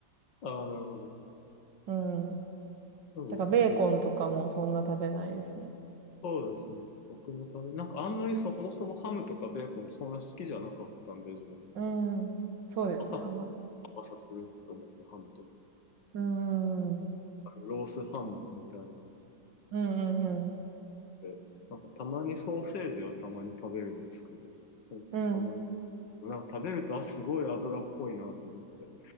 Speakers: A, on the left; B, on the right.
A: ああ、なるほど。
B: うん。
A: でも、
B: だからベーコンとかもそんな食べないですね。
A: じ、そうですね。僕も食べ、なんかあんまりそもそもハムとかベーコンそんな好きじゃなかったんで、自分。
B: うん。そうですね、
A: パサパサ
B: 甘い。
A: パサすると思ってハムとか、
B: うん。うん
A: ロースハムみたいな。
B: うん
A: て、なんかたまにソーセージはたまに食べるんですけど、ほんとたまに。
B: うん。うん。
A: なんか食べると、あ、すごい油っぽいなと思って、